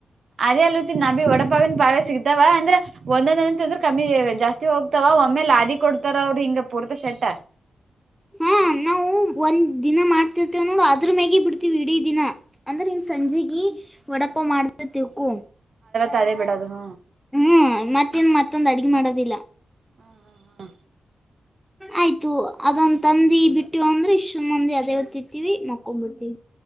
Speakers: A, on the right (about 60°); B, in the centre.
A: ಅದೇ ಅಲ್ ನಾ ಬಿ ವಡಪಾವನ್ ಪಾವೇ ಸಿಗ್ದಾವ ಅಂದ್ರೆ ಒಂದೊಂದೊಂದು ಅಂದ್ರೆ ಕಮ್ಮಿ ಜಾಸ್ತಿ ಹೋಗ್ತಾವ ಒಮ್ಮೇಲೆ ಲಾದಿ ಕೊಡ್ತಾರ ಅವ್ರ ಹಿಂಗ ಪೂರ್ತಿ ಸೆಟ್ಟ
B: ಹಾ ನಾವು ಒಂದ್ ದಿನ ಮಾಡ್ತಿರ್ತೇವ ನೋಡು ಅದ್ ಅದ್ರ ಮ್ಯಾಗ ಬಿಡ್ತೀವಿ ಇಡೀ ದಿನ ಅಂದ್ರೆ ಇನ್ ಸಂಜೆೆಗೆ ವಡಪಾವು ಮಾಡ್ದತಿವಿ ತಿಳ್ಕೋ
A: ಕರೇ ಬಿಡಾದು ಹ
B: ಹ್ಮ್ ಮತ್ತೇನ್ ಮತ್ತೊಂದು ಅಡ್ಗೆ ಮಾಡೋದಿಲ್ಲ
A: ಹಾ ಹಾ ಹಾ
B: ಆಯ್ತು ಅದೊಂದ್ ತಂದಿ ಬಿಟ್ಟು ಅಂದ್ರೆ ಇಷ್ಟ ಮಂದಿ ಅದೇ ಇತಿವಿ ಮಕ್ ಕುಂಬಡಿ